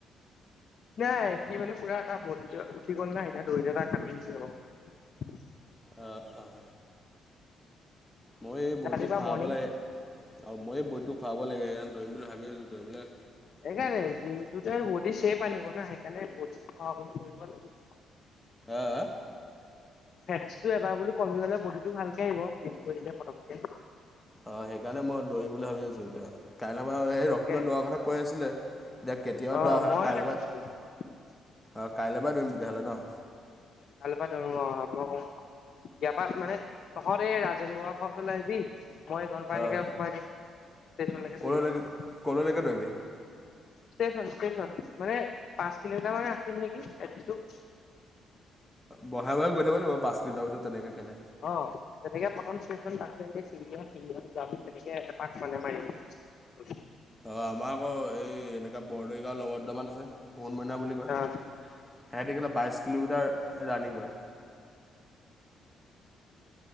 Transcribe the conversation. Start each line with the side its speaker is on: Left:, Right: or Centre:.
Left: নাই সি মানে পুৰা এটা বডী তাৰ উঠি গ'ল না এতিয়া দৌৰিলে তাৰ <unintelligible> যাব।
Centre: অঁ অঁ। মই এই
Left: ৰাতিপুৱা
Centre: বডীটো খোৱাব
Left: মৰ্ণিং
Centre: লাগে আৰু মই এই ব টো খুৱাব লাগে সেইকাৰণে দৌৰিম বুলি ভাবি আছোঁ, দৌৰিবলে
Left: সেইকাৰে জিন্টু দাই বডীৰ চেপ আনিব না সেইকাৰণে বডী খৰাবলে দৌৰিব লাগে।
Centre: আ?
Left: ফেটচটো এবাৰ বোলো কমি গলে বডিটো ভালকে আহিব জিম কৰিলে পতককে।
Centre: অ সেইকাৰণে মই দৌৰিম বুলি ভাবি আছো এতিয়া, কাইলৰ পৰা সেই
Left: তাকে
Centre: ৰক্তিমে দৌৰা কথা কৈ আছিলে। এতিয়া কেতিয়া
Left: অ'
Centre: পা দৌৰা হয়
Left: মই
Centre: কাইলৰ
Left: তাক
Centre: পৰাই
Left: <inaudible>
Centre: অ কাইলৰ পৰাই দৌৰিম তেতিয়াহলে ন?
Left: কাইলৈপা ধৰু আৰম্ভ কৰো, বেপাৰত মানে তহতে যে মোৱা ঘৰ ফালে আহিবি। মই গ'ম পাই এনেকে
Centre: অঁ
Left: সোমাই দিম নলৈকে
Centre: ক'লৈকে
Left: ই
Centre: ক'লৈকে দৌৰিবি
Left: ষ্টেচন ষ্টেচন মানে পাঁচ কিলোমিটাৰ মান ৰাখিম নেকি এপেচটো
Centre: বহাই বি গৈ থাব লাগ বাচ কেইট পিছ তেনেকে কেনে
Left: অ' তেনেকে প্ৰথম ষ্টেচন <unintelligible> তেনেকে এপাক মানে মাৰিম
Centre: অ' আমাৰ আকৌ এই এনেকাে বৰদৈ গাওঁৰ লগৰ দুটামান আছে পোহণমইনা বুলি কয়।
Left: অ
Centre: সিহঁতে কেলা বাইশ কিলোমিটাৰ ৰাণিং কৰে।